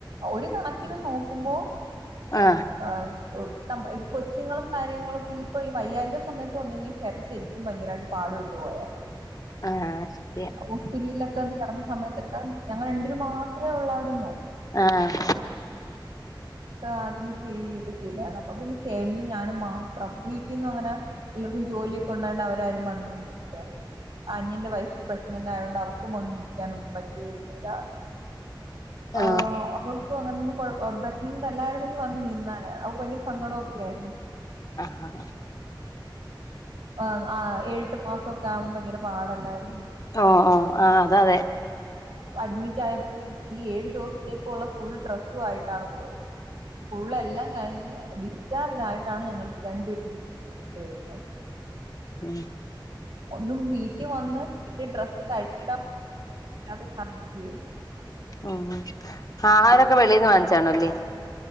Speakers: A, on the right (about 85°); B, on the left (about 45°).
A: ഒരു കണക്കിന് നോക്കുമ്പോ
B: ആ
A: ആഹ് ഉ നമ്മെ ഈ കൊച്ചുങ്ങളെ കാര്യങ്ങളൊക്കെഈ ഇപ്പൊ ഈ വൈയായിക സമയത്ത് വന്നിരു നെങ്കിൽ ചേട്ടൻ ശരിക്കും ഭയങ്കരായിട്ട് പാട് ട്ടുപോയേനേ
B: ആ ശരിയാ
A: അ ഹോസ്പിറ്റൽലൊക്കെന്ന് കിടന്ന സമയത്ത് ആൻ ഞങ്ങളെ രണ്ടിരും മാത്രേ ഉള്ളായിന്നു.
B: ആഹാ ആഹ്
A: ആ അഡ്മിറ്റ് ചെയ്യിട്ട് ചെയ്താർന്നു അപ്പൊ പിന്നെ ചേട്ടന് ഞാനും മാത്രം വീട്ടിൽന്ന് അങ്ങനെല്ലാവർക്കും ജോലിയൊക്കെ ഉണ്ടായി അവരാരും വന്നൊഉന്നുംല്ല അനിയന്റെ വൈഫ് പ്രഗ്നന്റ് ആയോണ്ട് അവക്കും വന്ന് നിക്കാനൊന്നും പറ്റിയോ ന്നൂല്ല
B: ആ
A: ആഹ് അവർക്ക് അങ്ങനെന്നും കുഴപ പ്രഗ്നന്റ് അല്ലായിരുന്നെങ്കി വന്നു നി - ന്നാനെ അവക്കു ഭയങ്കര സങ്കടം ഒക്കെയാരുന്നു.
B: ആഹ്അഹ
A: ആ ആ ഏഴട്ട് മാസൊക്കെ ആകുബോ ഭ യങ്കര പാടില്ലായിരുന്നു
B: ഓ ഓ ആ അഅത അതെ.
A: വോ അഡ്മിറ്റ് ആയപ്പു ഈ ഏഴു ദിവസത്തേക്കുള്ള ഫുൾ ഡ്രസ്സു ആയിട്ടാണ് പോയത് ഫുള്ള് എല്ലാം കഴിഞ്ഞ് ഡിസ്ചാർജ് ആയിട്ടാണ് ഞങ്ങള് രണ്ടുരും ഇങ്ങോട്ട് വരുന്നത്.
B: ഉും
A: ഒന്നും വീട്ടി വന്ന് ഇട്ട് ഡ്രസ്സ് കഴികിടാൻ അത്പറഞ്ഞ്ലെ
B: ഉം ആ ആഹാരൊക്കെ വെളിന്ന് വാങ്ങിച്ചാണോല്ലേ?